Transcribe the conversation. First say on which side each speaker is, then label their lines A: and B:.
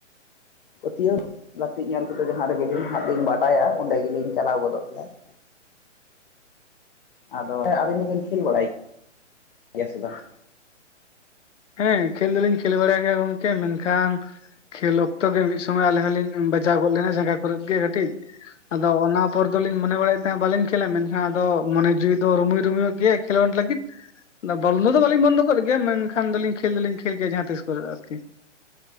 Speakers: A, on the left (about 45°); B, on the left (about 75°).
A: ᱯᱟᱹᱛᱭᱟᱹᱣ ᱜᱟᱛᱮᱜ ᱧᱮᱞ ᱠᱟᱛᱮ ᱡᱟᱦᱟᱸ ᱨᱮᱜᱮᱞᱤᱧ ᱦᱟᱜ ᱞᱤᱧ ᱵᱟᱰᱟᱭᱟ ᱚᱸᱰᱮ ᱜᱮᱞᱤᱧ ᱪᱟᱞᱟᱣ ᱜᱚᱫᱚᱜ ᱜᱮᱭᱟ ᱾ ᱟᱫᱚ ᱦᱮᱸ ᱟᱹᱵᱤᱱ ᱫᱚᱵᱤᱱ ᱠᱷᱮᱞ ᱵᱟᱲᱟᱭ ᱜᱮᱭᱟ ᱥᱮ ᱵᱟᱝ?
B: ᱦᱮᱸ ᱠᱷᱮᱞ ᱫᱚᱞᱤᱧ ᱠᱷᱮᱞ ᱵᱟᱲᱟᱭ ᱜᱮᱭᱟ ᱜᱚᱢᱠᱮ, ᱢᱮᱱᱠᱷᱟᱱ ᱠᱷᱮᱞ ᱚᱠᱛᱚ ᱜᱮ ᱢᱤᱫ ᱥᱚᱢᱚᱭ ᱟᱞᱤᱧ ᱦᱚᱸᱞᱤᱧ ᱵᱟᱡᱟᱣ ᱜᱚᱫ ᱞᱮᱱᱟ ᱡᱟᱸᱜᱟ ᱠᱚᱨᱮᱫ ᱜᱮ ᱠᱟᱹᱴᱤᱡ ᱾ ᱟᱫᱚ ᱚᱱᱟ ᱯᱚᱨ ᱫᱚᱞᱤᱧ ᱢᱚᱱᱮ ᱵᱟᱲᱟᱭᱮᱫ ᱛᱟᱦᱮᱸᱫ ᱵᱟᱹᱞᱤᱧ ᱠᱷᱮᱞᱟ ᱢᱮᱱᱠᱷᱟᱱ ᱟᱫᱚ ᱢᱚᱱᱮ ᱡᱤᱣᱤ ᱫᱚ ᱨᱩᱢᱩᱭ ᱨᱩᱢᱩᱭᱚᱜ ᱜᱮᱭ ᱠᱷᱮᱞᱳᱱᱰ ᱞᱟᱹᱜᱤᱫ ᱵᱚᱞᱱᱫᱚ ᱫᱚ ᱵᱟᱹᱞᱤᱧ ᱵᱚᱱᱫᱚ ᱠᱚᱜ ᱜᱮᱭᱟ ᱢᱮᱱ ᱠᱷᱟᱱ ᱫᱚᱞᱤᱧ ᱠᱷᱮᱞ ᱫᱚᱞᱤᱧ ᱠᱷᱮᱞ ᱜᱮᱭᱟ ᱡᱟᱦᱟᱸ ᱛᱤᱥ ᱠᱚᱨᱮ ᱟᱨᱠᱤ ᱾